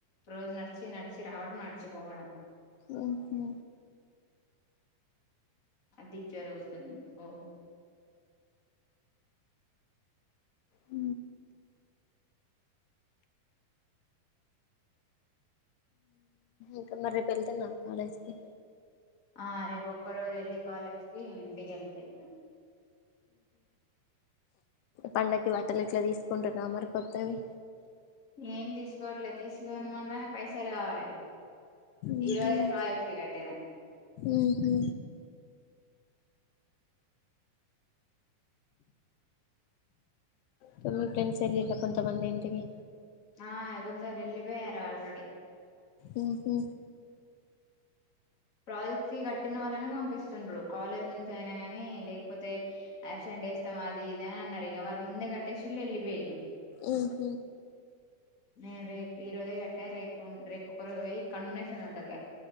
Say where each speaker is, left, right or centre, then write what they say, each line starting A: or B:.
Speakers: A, on the left; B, on the left.
A: రోజు నడిచి నడిచి రావడం నడిచి పోవడం
B: ఓహో
A: అదిచ్చరుగుతుంది కో
B: అ ఇకా మరిేపు వెళ్తున్నా కాలేజ్కి
A: ఆ రేపు ఒక్క రోజు వెళ్ళి కాలేజ్కిి ఇంటికి వెళ్తాయిన
B: పండకి బట్టలు ఇట్లా తీసుకుంటున్నా మరికత్తవి
A: ఏం తీసుకోవట్లేదు తీసుకోందమంట పైసలు కావాలిదా
B: ఉహు
A: ఈరోజ ప్రాజక్వి కట్టినా
B: ఉహు త ఫ్రెండ్స్ ఎళ ఇ కొంత మంది ఇంటికి
A: ఆ కొందరు వెళ్ళిపోయారు ఆల్రెడీ
B: ఉఓహఓ
A: ప్రాజెక్ట్ ఫీ కట్టిన వాళ్ళనే పంపిస్తు్రు కాలేజ్ నుంచి అయిన కాగానీ లేకపోతే అసెంట్ అేస్తాం అది ఇద అని అన్నారు ఇక వాళ్ళు ముందే కట్టేసిళ్ుళ్ళిపోయు
B: ఆహ
A: నేను రేపు ఇరువది కట్ట రేపు రేపు ఒక వ కన్నున్నే సన్నంటక